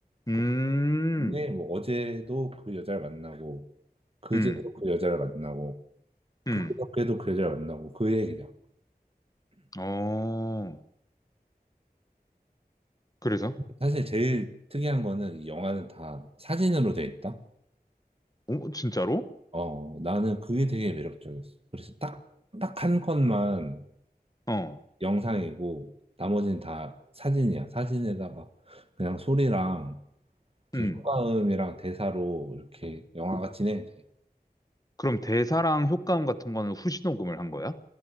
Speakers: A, on the left; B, on the right.
A: 음,
B: 그 다음에 뭐 어제도 그 여자를 만나고 그제도
A: 음,
B: 그 여자를 만나고
A: 음,
B: 그, 그저께도 그 여자를 만나고 그 얘기야.
A: 어, 그래서?
B: 사실 제일 특이한 거는 이 영화는 다 사진으로 돼 있다.
A: 오, 진짜로?
B: 어, 나는 그게 되게 매력적이었어. 그래서 딱, 딱 한 컷만
A: 어,
B: 영상이고, 나머지는 다 사진이야. 사진에다가 그냥 소리랑, 이렇게
A: 음.
B: 효과음이랑 대사로 이렇게 영화가 진행이 돼.
A: 그럼 대사랑 효과음 같은 거는 후시 녹음을 한 거야?